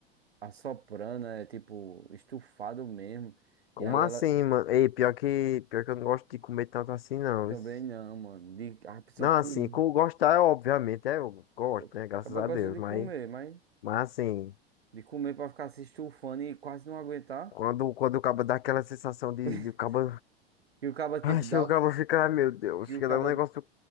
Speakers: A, on the right; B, on the left.
A: assoprando, é tipo estufado mesmo.
B: Como
A: E aí ela
B: assim, mano? Ei, pior que, pior que eu não gosto de comer tanto assim, não.
A: também
B: Isso-
A: não, mano. De, a pessoa
B: Não,
A: come.
B: assim, com gostar, é obviamente, é, eu gosto,
A: Eu-
B: né? Graças
A: Acaba
B: a
A: gosta
B: Deus.
A: de
B: Mas,
A: comer, mas
B: mas assim,
A: de comer pra ficar se estufando e quase não aguentar.
B: quando, quando o cabo dá aquela sensação de,
A: <laughs>
B: de o cabo.
A: Que o caba tipo
B: Ai,
A: dá,
B: chega
A: o-
B: o cabo fica, ai, meu Deus,
A: que
B: fica
A: o caba
B: dando um negócio.